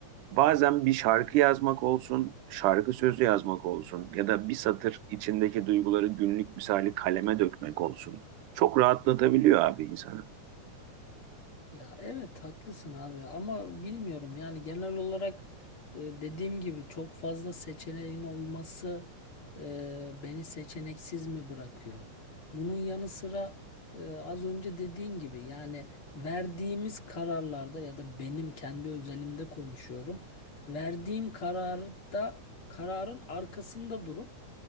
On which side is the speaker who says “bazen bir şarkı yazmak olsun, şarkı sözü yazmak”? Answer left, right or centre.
Right